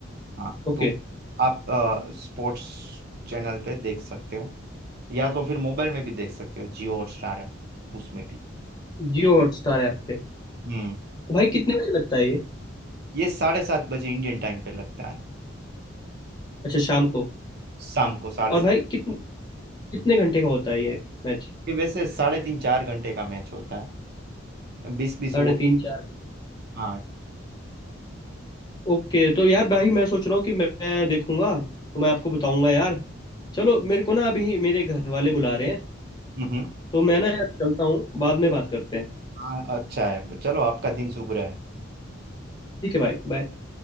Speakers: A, on the right (about 50°); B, on the left (about 20°).
A: हाँ
B: ओके
A: तो आप स्पोर्ट्स चैनल पे देख सकते हो या तो फिर मोबाइल में भी देख सकते हो जियो हॉटस्टार है उसमें भी
B: जियो हॉटस्टार ऐप पे
A: हम्म
B: तो भाई कितने बजे लगता है ये
A: ये साढ़े सात बजे इंडियन टाइम पे लगता है
B: अच्छा शाम को
A: शाम को साढ़े
B: और
A: सात
B: भाई कितने कितने
A: हम्म।
B: घंटे का होता है ये मैच
A: ये वैसे साढ़े तीन चार घंटे का मैच होता है बीस बीस
B: साढ़े
A: ओवर
B: तीन चार
A: हाँ
B: ओके तो यार भाई मैं सोच रहा हूँ कि मैं मैं देखूंगा तो मैं आपको बताऊंगा यार चलो मेरे को ना अभी मेरे घर वाले बुला रहे हैं
A: हम्म
B: तो मैं ना यार चलता हूँ बाद में बात करते हैं
A: हाँ अच्छा है चलो आपका दिन शुभ रहे
B: ठीक है भाई बाय